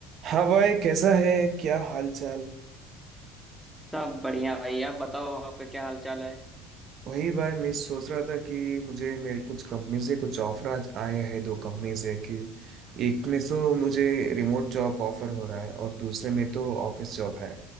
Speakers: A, on the right (about 50°); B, in the centre.
A: हाँ भाई कैसा है क्या हाल चाल
B: सब बढ़िया भाई आप बताओ आपका क्या हाल चाल है
A: वही भाई मैं सोच रहा था कि मुझे मेरे कुछ कंपनी से कुछ ऑफर आज आए हैं दो कंपनी से कि एक में तो मुझे रिमोट जॉब ऑफर हो रहा है और दूसरे में तो ऑफिस जॉब है